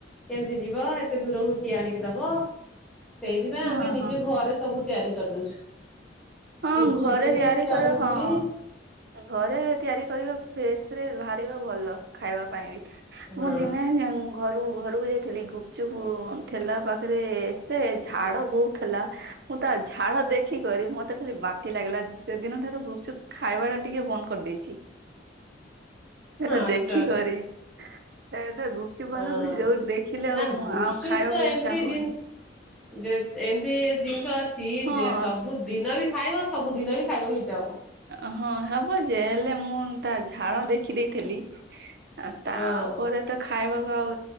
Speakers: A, in the centre; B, on the right (about 60°).
A: କେମିତି ଯିବ ଏତେ ଦୂରକୁ କିଏ ଆଣିକି ଦବ। ସେଇଥିପାଇଁ ଆମେ
B: ହଁ
A: ନିଜେ
B: ହଁ
A: ଘରେ ସବୁ ତିଆରି କରିଦଉଛୁ।
B: ହଁ
A: ଗୁପଚୁପ
B: ଘରେ
A: ବି
B: ତିଆରି
A: ଚାଉମିନ
B: କରିବ ହଁ।
A: ବି
B: ଆଁ, ଘରେ ତିଆରି କରିବ ଫ୍ରେସ୍ ଫ୍ରେସ୍ ଭାରିବ ଭଲ ଖାଇବା ପାଇଁ ବି।
A: ହଁ
B: ମୁଁ ଦିନେ ନା ଉଁ ଘରୁ ଘରକୁ ଯାଇଥିଲି ଗୁପଚୁପ ଠେଲା ପାଖେରେ ସେ ଝାଡ ବୋଉ ଥେଲା ମୁଁ ତା ଝାଳ ଦେଖିକରି ମତେ ଖାଲି ବାତି ଲାଗିଲା ସେଦିନ ଠାରୁ ଗୁପଚୁପ ଖାଇବାଟା ଟିକେ ବନ୍ଦ କରିଦେଇଚି। ଏଟା
A: ଆଚ୍ଛା
B: ଦେଖିକରି
A: ଆଚ୍ଛା।
B: ଏ ଗୁପ୍ ଚୁ
A: ହଁ
B: ବାଲାକୁ ଯୋଉଠି ଦେଖିଲେ
A: ନା
B: ଆଉଁ
A: ଗୁପଚୁପ
B: ଆଉ ଖାଇବାକୁ
A: ତ ଏମିତି
B: ଇଚ୍ଛା ହଉନି।
A: ଜିନିଷ ଯେ ଏମ୍ତି ଆ ଜିନିଷ ଅଛି
B: ହଁ
A: ଯେ ସବୁ ଦିନ ବି ଖାଇବ ସବୁଦିନ ବି ଖାଇବାକୁ ଇଚା ହବ।
B: ଅଁ ହଁ ହବ ଯେ ହେଲେ ମୁଁ ତା ଝାଳ ଦେଖି ଦେଇଥିଲି। ଆ ତାପରେ
A: ହଁ
B: ତ ଖାଇବାକୁ ଆଉ